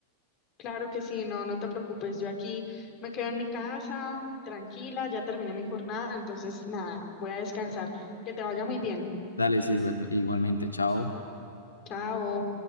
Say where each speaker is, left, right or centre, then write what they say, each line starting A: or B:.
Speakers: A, on the left; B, on the left.
A: Claro que sí, no, no te preocupes. Yo aquí me quedo en mi casa, tranquila, ya terminé mi jornada, entonces nada, voy a descansar. Que te vaya muy bien.
B: Dale, sí, igual- igualmente, chao.
A: Chao.